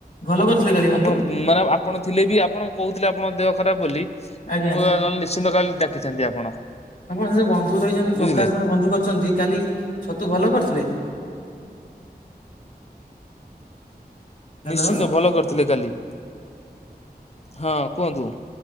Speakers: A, on the left; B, on the left.
A: ଭଲ କରିଥିଲେ କାଲି ବନ୍ଧୁ?
B: ଆପଣ ମାନେ ଆପଣ ଥିଲେ ବି ଆପଣ କହୁଥିଲେ ଆପଣଙ୍କ ଦେହ ଖରାପ ବୋଲି
A: ଆଜ୍ଞା।
B: ମୁଁ ନିଶ୍ଚିନ୍ତ କାଲି ଡାକି ରଖିଥାଆନ୍ତି ଆପଣ?
A: ଆପଣ ସେ ଯୋଉ ବନ୍ଧୁ ରହିଛନ୍ତି ପ୍ରକାଶ
B: ବୁଝିଲେ
A: ଜଣେ ବନ୍ଧୁ କରିଛନ୍ତି କାଲି ଛତୁ ଭଲ କରିଥିଲେ? ହ୍ୟାଲୋ
B: ନିଶ୍ଚିନ୍ତ ଭଲ କରିଥିଲେ କାଲି ହଁ କୁହନ୍ତୁ?